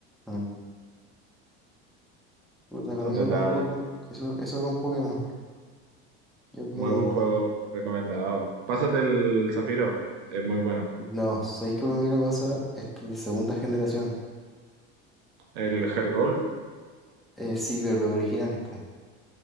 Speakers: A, in the centre; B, on the right.
A: Mm. Puta, con
B: Son
A: eso
B: detalles.
A: con Pokémon, eso, eso con Pokémon. Yo quiero...
B: Muy buen juego, recomendado. Pásate el Zafiro, es muy bueno.
A: No, ¿sabéis que me quiero pasar? Esto de segunda generación.
B: El Hergold,
A: Eh, sí, pero los originales, po.